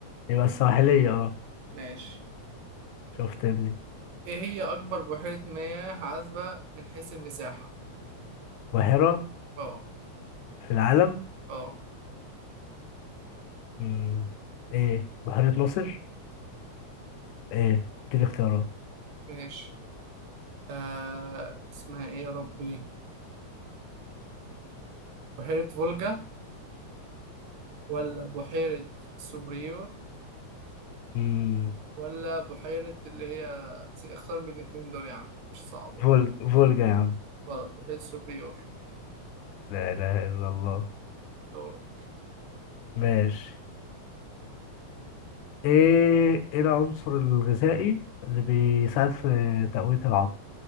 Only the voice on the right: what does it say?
ماشي
ايه هي اكبر بحيرة مياه عذبة من حيث المساحة
اه
اه
ماشي آه اسمها ايه يا ربي بحيرة فولجا ولا بحيرة سوبريور
ولا بحيرة اللي هي زي- اختار من الاتنين دول يا عم مش صعب والله.
غلط بحيرة سوبريور
دورك